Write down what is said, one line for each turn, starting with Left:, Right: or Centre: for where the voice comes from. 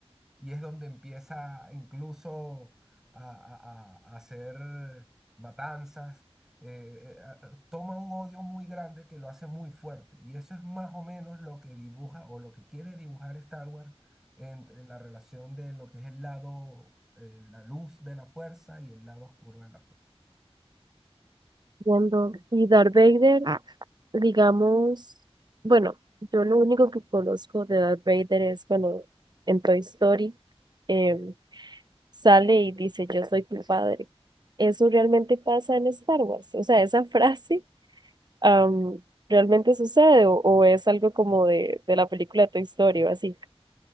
Centre: Y es donde empieza incluso a, a- a- a hacer matanzas. eh, eh, a- toma un odio muy grande que lo hace muy fuerte. Y eso es más o menos lo que dibuja o lo que quiere dibujar Star Wars entre la relación de lo que es el lado, eh, la luz de la fuerza y el lado oscuro de la fuerza.
Right: Entiendo. Y Darth Vader, Ah. digamos, bueno, yo lo único que conozco de Darth Vader es cuando en Toy Story em, sale y dice, yo soy tu padre. Eso realmente pasa en Star Wars. O sea, esa frase am, realmente sucede o, o es algo como de, de la película Toy Story o así.